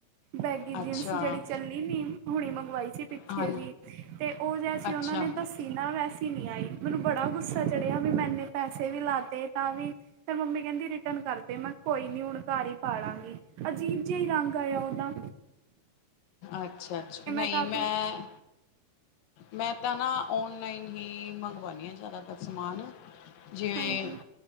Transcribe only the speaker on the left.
ਅੱਛਾ
ਹਾਂ
ਅੱਛਾ
ਅੱਛਾ-ਅੱਛਾ ਨਈ
ਮੈਂ
ਮੈਂ ਤਾਂ ਨਾ ਔਨਲਾਈਨ ਹੀ ਮੰਗਵਾਣੀ ਆਂ ਜਾਦਾਤਰ ਸਮਾਨ ਜਿਵੇਂ